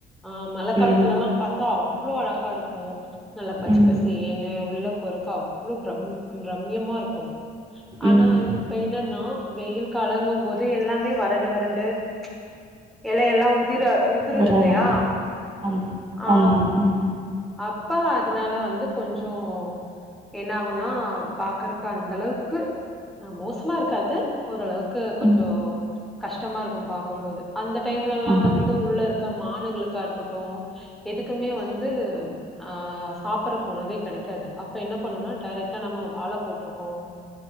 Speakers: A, in the centre; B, on the right (about 30°).
A: ஆ மழக்காலத்துலலாம்
B: ம்
A: பாத்தா அவ்ளோ அழகா இருக்கும் நல்லா பச்ச
B: ம்
A: பசேன்னு உள்ள போற பாக்க அவ்வளவு பிரம் பிரம்யமா இருக்கும் ஆனா
B: ம்
A: இப்ப என்னன்னா வெயில் கலங்கும் போது எல்லாமே வறண்டு வறண்டு ச்சி எலையெல்லாம் உதிர உதிருது
B: வர்றாரா
A: இல்லையா
B: ஆம்
A: ஆ
B: ஆமா ம்
A: அப்பா அதனால வந்து கொஞ்சோம் என்ன ஆகுன்னா பாக்குறக்கு அந்த அளவுக்கு மோசமா இருக்காது ஓரளவுக்கு க்கு கொஞ்சோம்
B: ம்
A: கஷ்டமா இருக்கும் பாக்கும்போது அந்த டைம்லலாம்
B: ம்
A: வந்து உள்ள இருக்க மானு க்கா இருக்கட்டும் எதுக்குமே வந்து ஆ சாப்பிடறக்கு உணவே கிடைக்காது அப்ப என்ன பண்ணும்னா டேரக்டா நம்ம வாழ போட்டிருக்கோம்